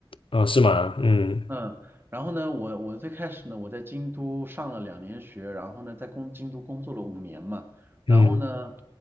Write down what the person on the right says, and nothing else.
嗯，然后呢，我我最开始呢，我在京都上了两年学，然后呢，在工京都工作了五年嘛，然后呢，